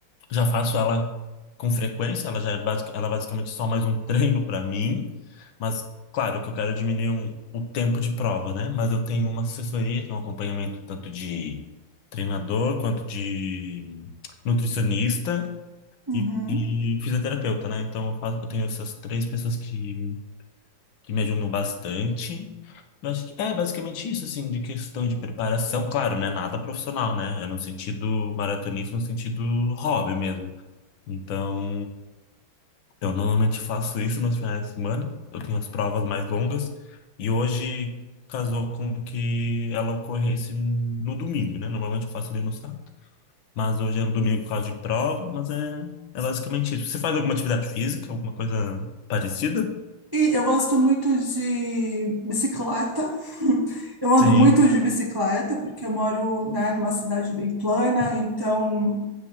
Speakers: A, on the left; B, on the right.
A: já faço ela com frequência, ela já é basic, ela é basicamente só mais um <laughs> treino para mim, mas claro que eu quero é diminuir um- o tempo de prova, né? Mas eu tenho uma assessoria, tenho um acompanhamento tanto de treinador quanto de nutricionista
B: Uhum.
A: e, e fisioterapeuta, né? Então eu faço, eu tenho essas três pessoas que, que me ajudam bastante. Eu acho que é basicamente isso, assim, de questão de preparação. Claro, né? Nada profissional, né? É no sentido maratonista, no sentido hobby mesmo. Então, eu normalmente faço isso nos finais de semana. Eu tenho as provas mais longas. E hoje casou com que ela ocorresse no domingo, né? Normalmente eu faço ali no sábado. Mas hoje é no domingo por causa de prova. Mas é, é basicamente isso. Você faz alguma atividade física, alguma coisa parecida?
B: E eu gosto muito de bicicleta. <laughs> Eu ando
A: Sim,
B: muito de bicicleta, porque eu moro, né, numa cidade bem plana, então,